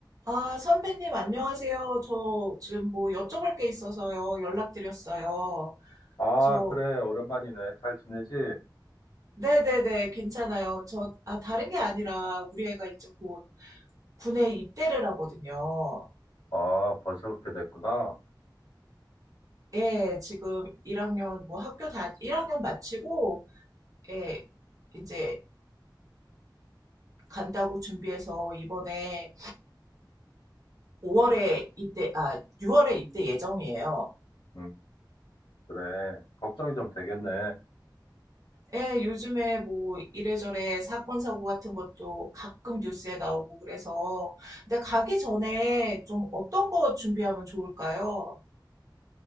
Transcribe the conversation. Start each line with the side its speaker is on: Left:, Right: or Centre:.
Right: 아, 선배님, 안녕하세요. 저 지금 뭐 여쭤볼 게 있어서요. 연락드렸어요.
Left: 아,
Right: 저,
Left: 그래. 오랜만이네. 잘 지내지?
Right: 네네네, 괜찮아요. 저, 아, 다른 게 아니라 우리 애가 이제 곧 군에 입대를 하거든요.
Left: 아, 벌써 그렇게 됐구나.
Right: 예, 지금 1학년, 뭐 학교 다, 1학년 마치고, 예, 이제 간다고 준비해서 이번에 오월에 입대, 아, 6월에 입대 예정이에요.
Left: 음, 그래. 걱정이 좀 되겠네.
Right: 예, 요즘에 뭐 이래저래 사건 사고 같은 것도 가끔 뉴스에 나오고 그래서 근데 가기 전에 좀 어떤 거 준비하면 좋을까요?